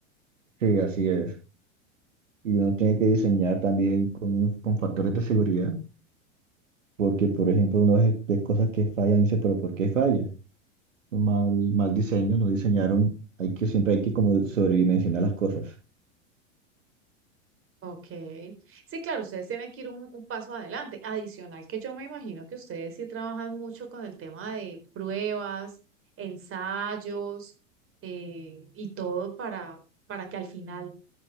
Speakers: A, on the right (about 85°); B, on the right (about 35°).
A: Sí, así es. Y uno tiene que diseñar también con, un- con factores de seguridad, porque, por ejemplo, uno ve ve cosas que fallan y dice, pero ¿por qué falla? mal, mal diseño, no diseñaron, hay que, siempre hay que como sobredimensionar las cosas.
B: Ok. Sí, claro, ustedes tienen que ir un, un paso adelante. Adicional que yo me imagino que ustedes sí trabajan mucho con el tema de pruebas, ensayos eh, y todo para, para que al final,